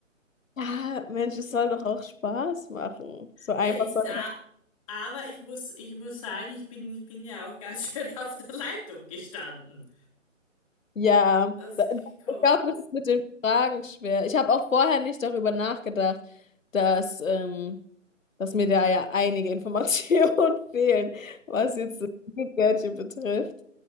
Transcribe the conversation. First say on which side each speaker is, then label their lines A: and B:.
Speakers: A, on the left (about 80°); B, on the left (about 25°).
A: Ja, Mensch, es soll doch auch Spaß machen. So einfach
B: Na, ist
A: soll
B: es a- aber ich muss, ich muss sagen, ich bin, ich bin ja auch ganz <laughs> schön auf der Leitung gestanden.
A: Ja,
B: Also,
A: da,
B: ich komm,
A: ich glaube, das ist mit den Fragen schwer. Ich habe auch vorher nicht darüber nachgedacht, dass, ähm, dass mir da ja einige Informationen <laughs> fehlen, was jetzt das Gummibärchen betrifft.